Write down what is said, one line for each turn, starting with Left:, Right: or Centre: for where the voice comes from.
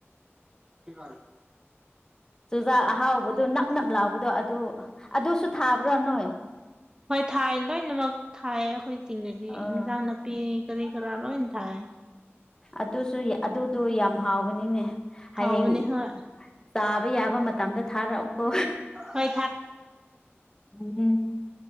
Right: <unintelligible>
Left: ꯆꯨꯖꯥꯛ ꯑꯍꯥꯎꯕꯗꯣ ꯅꯞ ꯅꯞ ꯂꯥꯎꯕꯗꯣ ꯑꯗꯨ ꯑꯗꯨꯁꯨ ꯊꯥꯕ꯭ꯔꯥ ꯅꯣꯏ
Right: ꯍꯣꯏ ꯊꯥꯏ ꯂꯣꯏꯅꯃꯛ ꯊꯥꯏ ꯑꯩꯈꯣꯏ ꯆꯤꯡꯗꯗꯤ
Left: ꯑꯥ
Right: ꯏꯟꯁꯥꯡ ꯅꯥꯄꯤ ꯄꯄꯤ ꯀꯔꯤ ꯀꯔ ꯂꯣꯏ ꯊꯥꯏ
Left: ꯑꯗꯨꯁꯨ ꯑꯗꯨꯗꯣ ꯌꯥꯝ ꯍꯥꯎꯕꯅꯤꯅꯦ ꯍꯌꯦꯡ
Right: ꯍꯥꯎꯕꯅꯤ ꯍꯣꯏ
Left: ꯆꯥꯕ ꯌꯥꯕ ꯃꯇꯝꯗ ꯊꯥꯔꯛꯑꯣꯀꯣ
Right: ꯍꯣꯏ
Left: ꯎꯝ